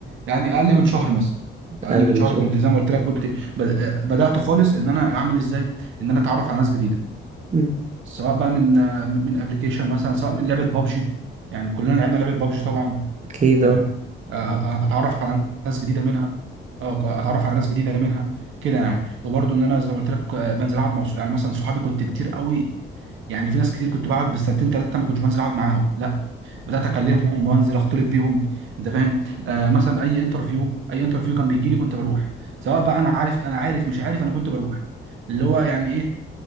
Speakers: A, on the right; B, on the right.
A: يعني اقل من شهر مثلا اقل
B: اقل
A: من
B: من
A: شهر
B: شهر
A: كنت زي ما قلت لك كنت ب- آه، بدات خالص ان انا اعمل ازاي ان انا اتعرف على ناس جديده
B: مم.
A: سواء بقى من آه، من ابلكيشن مثلا سواء من لعبه بابجي يعني كلنا لعبنا لعبه بابجي طبعا
B: اكيد
A: فاهم
B: اه
A: آه، آه، آه، اتعرف على ناس جديده منها اه اتعرف على ناس جديده منها كده يعني وبرده ان انا زي ما قلت لك آه، بنزل اقعد مع ص- يعني مثلا صحابي كنت كتير قوي يعني في ناس كتير كنت بقعد بالسنتين ثلاثه ما كنتش بنزل اقعد معاهم لا بدات اكلمهم وانزل اختلط بيهم انت فاهم آه مثلا اي انترفيو اي انترفيو كان بيجي لي كنت بروح سواء بقى انا عارف انا عارف مش عارف انا كنت بروح اللي هو يعني ايه